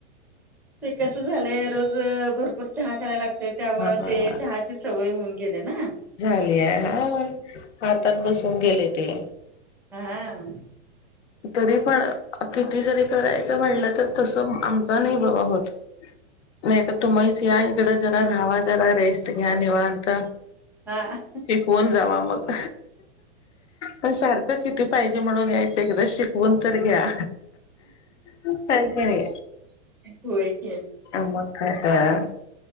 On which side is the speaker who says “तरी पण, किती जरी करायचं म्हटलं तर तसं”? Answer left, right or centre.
Left